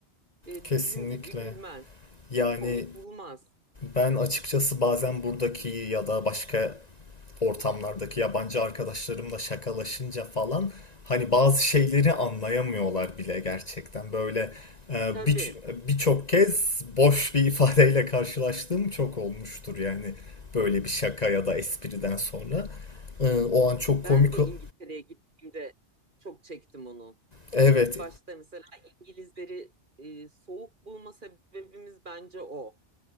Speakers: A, on the right; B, on the left.
A: e,
B: kesinlikle.
A: bizim gibi gülmez,
B: Yani
A: komik bulmaz.
B: ben açıkçası bazen buradaki ya da başka ortamlardaki yabancı arkadaşlarımla şakalaşınca falan hani bazı şeyleri anlayamıyorlar bile gerçekten. Böyle e,
A: Tabii
B: bir birçok kez boş bir ifadeyle karşılaştığım çok olmuştur yani böyle bir şaka ya da espriden sonra. E, o an çok
A: ben
B: komik
A: de
B: o-
A: İngiltere'ye gittiğimde çok çektim onu.
B: evet
A: İlk başta mesela İngilizleri e, soğuk bulma sebebimiz bence o.